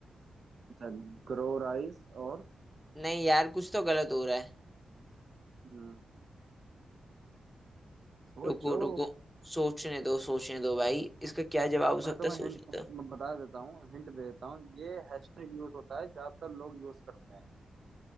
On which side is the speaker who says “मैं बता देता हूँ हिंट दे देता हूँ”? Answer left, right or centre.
Right